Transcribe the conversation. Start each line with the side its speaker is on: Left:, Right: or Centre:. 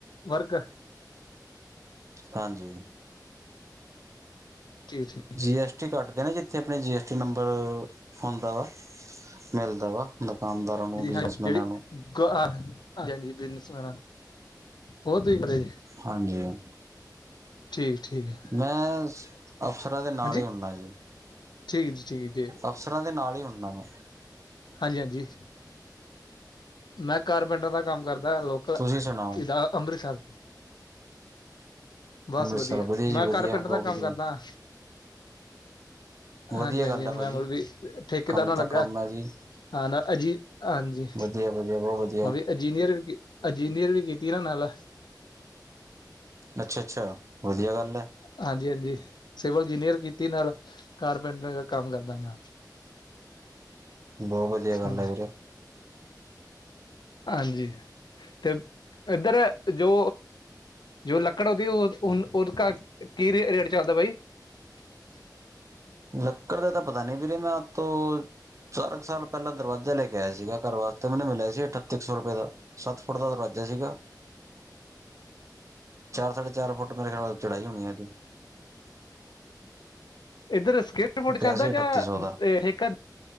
Left: ਵਰਕ?
Right: ਹਾਂਜੀ।
Left: ਜੀ, ਜੀ।
Right: ਜੀਐਸਟੀ, ਕੱਟਦੇ ਨਾ ਜਿੱਥੇ ਆਪਣੇ, ਜੀਐਸਟੀ ਨੰਬਰ ਹੁੰਦਾ ਵਾ, ਮਿਲਦਾ ਵਾ। ਦੁਕਾਨਦਾਰਾਂ ਨੂੰ ਬਿਜਨਸਮੈਨਾਂ
Left: ਹਾਂਜੀ ਜਿਹੜੀ
Right: ਨੂੰ
Left: ਹਾਂਜੀ ਹਾਂਜੀ ਬਿਨੈ ਉਹ ਤੁਸੀ ਕਰੇ ਜੇ <unintelligible>
Right: ਹਾਂਜੀ ਹ
Left: ਠੀਕ। ਠੀਕ ਹੈ
Right: ਮੈਂ, ਅਫਸਰਾਂ ਦੇ ਨਾਲ
Left: ਹਾਂਜੀ
Right: ਹੀ ਹੁੰਦਾ ਜੀ।
Left: ਠੀਕ, ਜ ਠੀਕ ਜੀ
Right: ਅਫਸਰਾਂ ਦੇ ਨਾਲ ਹੀ ਹੋਨਾ ਮਾ।
Left: ਹਾਂਜੀ, ਹਾਂਜੀ ਮੈਂ ਕਾਰਪੈਂਟਰ ਦਾ ਕੰਮ ਕਰਦਾ ਲੋਕ <unintelligible>
Right: ਤੁਸੀਂ ਸੁਣਾਓ
Left: ਇਹਦਾ ਅੰਮ੍ਰਿਤਸਰ ਬਸ
Right: ਅੰਮ੍ਰਿਤਸਰ
Left: ਵਧੀਆ,
Right: ਜੀ
Left: ਮੈਂ
Right: ਵਧੀਆ
Left: ਕਾਰਪੈਂਟਰ
Right: ਬਹੁਤ
Left: ਦਾ
Right: ਵਧੀਆ
Left: ਕੰਮ ਕਰਦਾ।
Right: ਵਧੀਆ
Left: ਹਾਂਜੀ, ਹਾਂਜੀ
Right: ਗੱਲ
Left: ਮੈ
Right: ਹੈ ਭਾਜੀ
Left: <unintelligible> ਮਲ ਵੀ ਠੇਕੇਦਾਰ
Right: ਕੰਮ
Left: ਨਾਲ
Right: ਤਾਂ
Left: ਲੱਗਾ।
Right: ਕੰਮ ਹੈ ਜੀ
Left: ਹਾਂ, ਨਾ ਅਜੀ ਹਾਂਜੀ
Right: ਵਧੀਆ ਵਧੀਆ ਬਹੁਤ ਵਧੀਆ
Left: ਉਹ ਵੀ। ਇਜੀਨੀਅਰ ਵੀ ਇਜੀਨੀਅਰ ਵੀ ਕੀਤੀ ਨਾ ਨਾਲ।
Right: ਅੱਛਾ, ਅੱਛਾ ਵਧੀਆ ਗੱਲ ਹੈ।
Left: ਹਾਂਜੀ, ਹਾਂਜੀ ਸਿਵਲ ਇੰਜੀਨੀਅਰ ਕੀਤੀ ਨਾਲ ਕਾਰਪੈਂਟਰ ਕੰਮ ਕਰਦਾ ਮੈਂ
Right: ਬਹੁ ਵਧੀਆ, ਗੱਲ
Left: ਹਾਂਜੀ
Right: ਹੈ ਵੀਰੇ।
Left: ਹਾਂਜੀ, ਤੇ ਇੱਧਰ ਜੋ ਜੋ ਲੱਕੜ ਉਹਦੀ ਉਹਦ ਕਾ ਕੀ ਰੇਟ ਚੱਲਦਾ ਬਾਈ? <inaudible> <inaudible>
Right: ਲੱਕੜ ਦਾ ਤਾ ਪਤਾ ਨਹੀਂ, ਵੀਰੇ ਮੈਂ ਆਪ ਤੋਂ ਚਾਰ ਕੁ ਸਾਲ, ਪਹਿਲਾਂ ਦਰਵਾਜ਼ਾ ਲੈ ਕੇ ਆਇਆ ਸੀਗਾ ਘਰ ਵਾਸਤੇ ਤੇ ਮੈਨੂੰ ਮਿਲਿਆ ਸੀ ਅਠੱਤੀ ਕੁ ਸੌ ਰੁਪਏ, ਦਾ ਸੱਤ ਫੁੱਟ ਦਾ ਦਰਵਾਜ਼ਾ ਸੀਗਾ ਚਾਰ, ਸਾਢੇ ਚਾਰ ਫੁੱਟ ਮੇਰੇ ਖਿਆਲ ਚੋੜ੍ਹਾਈ ਹੋਣੀ ਇਹਦੀ।
Left: ਇੱਧਰ ਸਕਿਪਟ ਫੁੱਟ
Right: ਪਿਆ
Left: ਚੱਲਦਾ
Right: ਸੀ
Left: ਜਾਂ
Right: ਅਠੱਤੀ ਸੌ ਦਾ
Left: ਹੇਕਰ